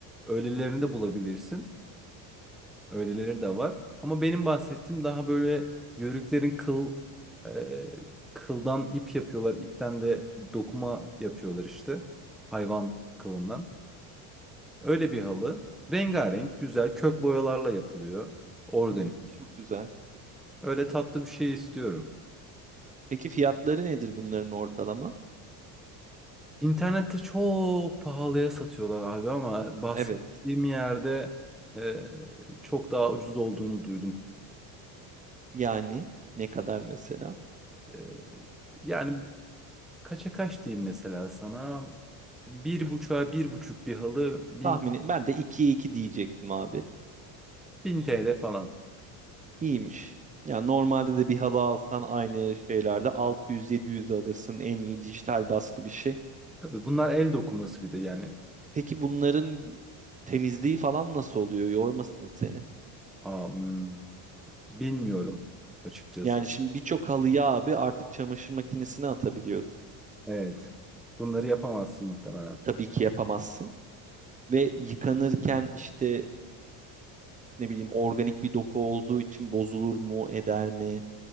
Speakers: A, in the centre; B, on the right.
A: öylelerini de bulabilirsin. Öyleleri de var. Ama benim bahsettiğim daha böyle yörüklerin kıl e, kıldan ip yapıyorlar. ipten de dokuma yapıyorlar işte. Hayvan kılından. Öyle bir halı. Rengarenk, güzel kök boyalarla yapılıyor. Organik.
B: Aa, Çok güzel.
A: Öyle tatlı bir şey istiyorum.
B: Peki fiyatları nedir bunların ortalama?
A: İnternette çok pahalıya satıyorlar abi ama bahsettiğim
B: Evet.
A: yerde e, çok daha ucuz olduğunu duydum.
B: Yani ne kadar mesela?
A: E, yani kaça kaç diyeyim mesela sana? Bir buçuğa bir buçuk bir halı bin,
B: Tahmini ben de 2 iki diyecektim abi.
A: bin TL falan.
B: İyiymiş. Yani normalde de bir halı alsan aynı şeylerde altı yüz yedi yüz alırsın en iyi dijital baskı bir şey.
A: Tabii bunlar el dokuması bir de yani
B: Peki bunların temizliği falan nasıl oluyor? Yormasın seni.
A: am, bilmiyorum açıkçası.
B: Yani şimdi birçok halıyı abi artık çamaşır makinesine atabiliyorsun.
A: Evet. Bunları yapamazsın muhtemelen.
B: Tabii ki yapamazsın. Ve yıkanırken işte ne bileyim organik bir doku olduğu için bozulur mu eder mi?